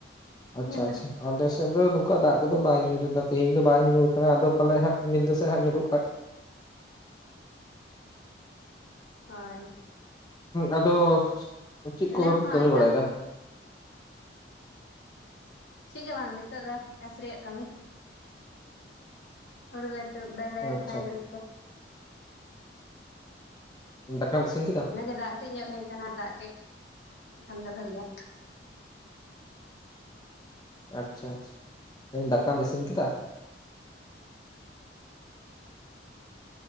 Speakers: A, on the left; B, on the left.
A: ᱟᱪᱪᱷᱟ
B: ᱧᱩᱨ ᱮᱱᱟ
A: ᱟᱪᱪᱷᱟ ᱟᱞᱮᱥᱮᱫ ᱫᱚ ᱱᱚᱝᱠᱟ ᱫᱟᱜ ᱠᱚᱫᱚ ᱵᱟᱭ ᱧᱩᱨᱮᱫᱟ ᱛᱤᱦᱤᱧ ᱫᱚ ᱵᱟᱝ ᱧᱩᱨ ᱠᱟᱱᱟ ᱟᱫᱚ ᱯᱟᱞᱮ ᱦᱟᱸᱜ ᱧᱤᱫᱟᱹ ᱥᱮᱫ ᱦᱟᱸᱜ ᱧᱩᱨᱦᱩᱜ ᱠᱷᱟᱡ᱾
B: ᱦᱳᱭ
A: ᱟᱫᱚ ᱪᱮᱫ
B: ᱟᱞᱮ
A: ᱠᱚᱯᱮ
B: ᱦᱚᱸ
A: ᱠᱟᱹᱢᱤ ᱵᱟᱲᱟᱭᱫᱟ?
B: ᱪᱮᱫ ᱜᱮ ᱵᱟᱝ ᱱᱤᱛᱚᱜ ᱫᱚ ᱪᱟᱥ ᱨᱮᱭᱟᱜ ᱠᱟᱹᱢᱤ᱾ ᱦᱩᱲᱩ ᱞᱮ ᱛᱩᱫ ᱫᱟᱞᱮ ᱨᱚᱦᱚᱭ‌
A: ᱟᱪᱪᱷᱟ
B: ᱫᱟᱞᱮ᱾
A: ᱫᱟᱠᱟᱢ ᱤᱥᱤᱱ ᱠᱮᱫᱟ?
B: ᱫᱟᱜ ᱠᱟᱹᱴᱤᱡ ᱧᱚᱜ ᱛᱟᱦᱮᱸ ᱠᱟᱱᱟ ᱫᱟᱜ ᱜᱮ ᱠᱷᱟᱱ ᱫᱚ ᱵᱷᱟᱹᱜᱤ ᱜᱮ᱾
A: ᱟᱪᱪᱷᱟ ᱟᱪᱪᱷᱟ, ᱢᱮᱱᱫᱟᱹᱧ ᱫᱟᱠᱟᱢ ᱤᱥᱤᱱ ᱠᱮᱫᱟ?